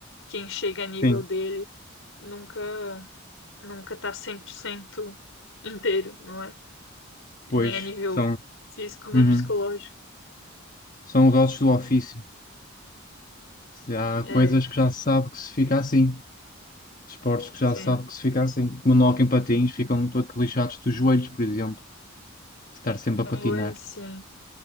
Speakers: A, on the left (about 65°); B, on the left (about 40°).
A: quem chega a nível
B: Sim,
A: dele nunca nunca tá 100% inteiro, não é? Nem
B: pois
A: a nível
B: são,
A: físico, nem
B: uhum,
A: psicológico.
B: são os ossos do ofício. Se há coisas
A: É,
B: que já se sabe que se fica assim. Esportes que já
A: sim.
B: se sabe que se fica assim. Como no hockey em patins, ficam todos lixados dos joelhos, por exemplo. de Estar sempre
A: Oi,
B: a patinar.
A: sim.